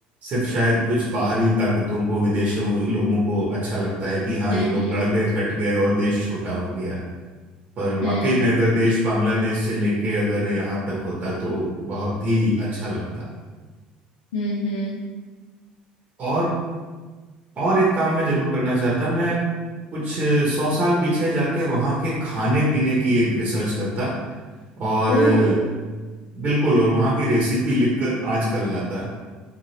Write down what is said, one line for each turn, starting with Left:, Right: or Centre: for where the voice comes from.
Right: सिर्फ शायद कुछ बाहरी ताकतों को विदेशों लोगों को अच्छा लगता है कि हाँ
Left: हम्म
Right: ये लोग
Left: हम्म
Right: लड़ गए कट गए और देश छोटा हो गया पर
Left: हम्म
Right: वाकई में अगर देश बांग्लादेश से लेके अगर यहाँ तक होता तो बहुत ही अच्छा लगता
Left: हम्म हम्म
Right: और और एक काम मैं जरूर करना चाहता मैं कुछ सौ साल पीछे जाके वहाँ के खाने पीने की एक रिसर्च करता और
Left: ओह
Right: अ, बिल्कुल और वहाँ की रेसिपी लिखकर आज कल लाता